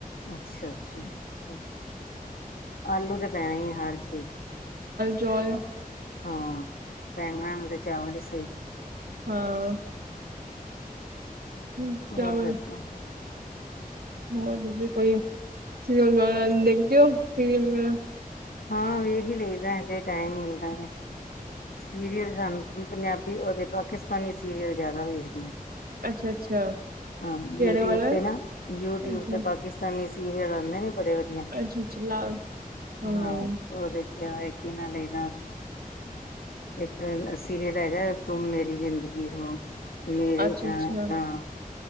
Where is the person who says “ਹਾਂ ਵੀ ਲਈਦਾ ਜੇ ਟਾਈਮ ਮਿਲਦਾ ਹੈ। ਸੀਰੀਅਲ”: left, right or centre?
Left